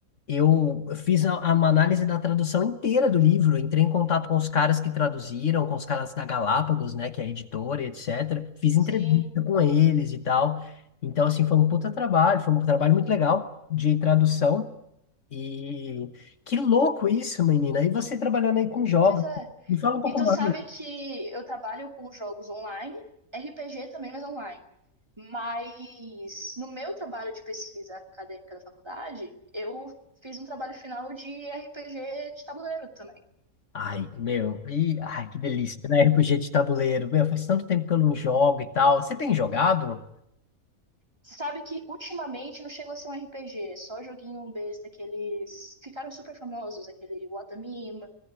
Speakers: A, on the left (about 60°); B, on the right (about 20°).
A: eu fiz a- uma análise da tradução inteira do livro, entrei em contato com os caras que traduziram, com os caras da Galápagos, né, que é a editora, e etc. Fiz entrevista
B: Sim.
A: com eles e tal. Então, assim, foi um puta trabalho, foi um trabalho muito legal de tradução. E que louco isso, menina. E você trabalhando aí com jogos.
B: Pois é.
A: Me fala um pouco
B: E tu
A: mais.
B: sabe que eu trabalho com jogos online, RPG também, mas online. Mas no meu trabalho de pesquisa acadêmica da faculdade, eu fiz um trabalho final de RPG de tabuleiro também.
A: Ai, meu, e, ai, que delícia, né? <laughs> RPG de tabuleiro. Meu, faz tanto tempo que eu não jogo e tal. Você tem jogado?
B: Você sabe que ultimamente não chegou a ser um RPG, só joguinho besta, que eles ficaram super famosos, aquele Watamima,